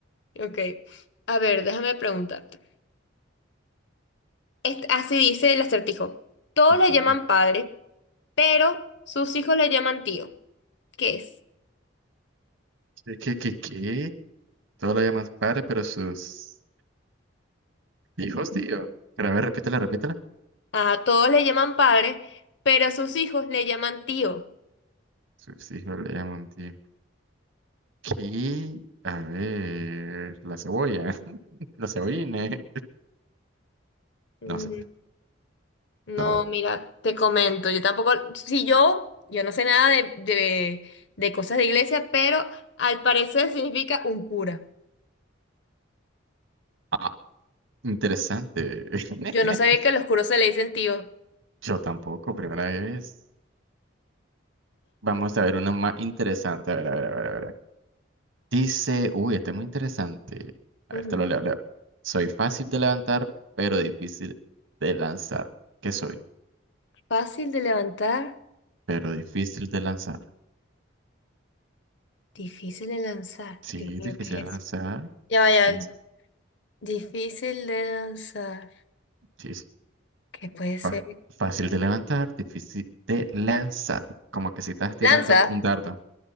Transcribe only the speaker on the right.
ujú.
¿Qué, qué, qué, qué? Todo lo llaman padre, pero sus hijos, tío. Pero a ver, repítela, repítela.
Sus hijos le llaman tío. ¿Qué? A ver, la cebolla. <laughs> La cebolline
No sé.
No.
Ah, interesante. <laughs>
Yo tampoco, primera vez. Vamos a ver uno más interesante. A ver, a ver, a ver, a ver. Dice, uy, este es muy interesante. A
ver, te lo leo, leo. Soy fácil de levantar, pero difícil de lanzar. ¿Qué soy?
Pero difícil de lanzar.
Sí,
difícil
de
lanzar.
Es-
Sí, sí.
Fa- Fácil de levantar, difícil de lanzar. Como que si estás tirando
un dardo.